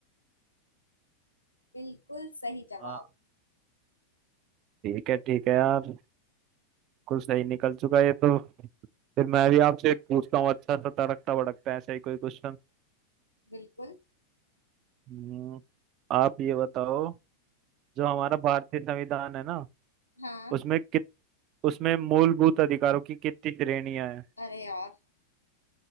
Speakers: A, on the left; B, on the right.
A: बिल्कुल सही जवाब
B: हाँ ठीक है ठीक है यार कुछ सही निकल चुका है ये तो फिर मैं भी आपसे एक पूछता हूँ अच्छा सा तड़कता भड़कता ऐसा ही कोई क्वेश्चन
A: बिल्कुल
B: हम्म, आप ये बताओ जो हमारा भारतीय संविधान है ना
A: हाँ
B: उसमें कित उसमें मूलभूत अधिकारों की कितनी श्रेणियां हैं
A: अरे यार